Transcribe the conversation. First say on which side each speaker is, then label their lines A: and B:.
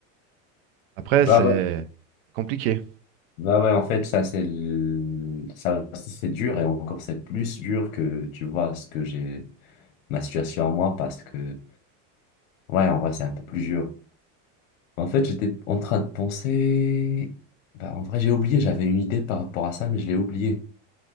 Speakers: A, on the right; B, on the left.
A: après,
B: Bah
A: c'est
B: ouais.
A: c'est compliqué.
B: Bah ouais, en fait, ça, c'est le- ça aussi, c'est dur et encore, c'est plus dur que, tu vois, ce que j'ai, ma situation à moi parce que, ouais, en vrai, c'est un peu plus dur. En fait, j'étais en train de penser, bah, en vrai, j'ai oublié, j'avais une idée par rapport à ça, mais je l'ai oublié.